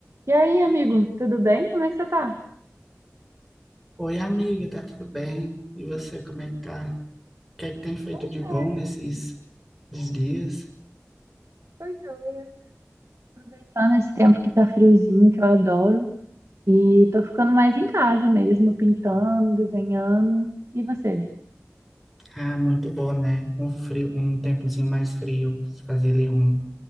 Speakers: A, on the right; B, in the centre.
A: E aí, amigo, tudo bem? Como é que você tá?
B: Oi, amiga, tá tudo bem? E você, como é que tá? O que é que tem feito
A: Poxa,
B: de bom nesses esses dias?
A: foi joia. Aproveitando esse tempo que tá friozinho, que eu adoro. E tô ficando mais em casa mesmo, pintando, desenhando. E você?
B: Ah, muito bom, né? Um frio, um tempozinho mais frio, fazer ali um,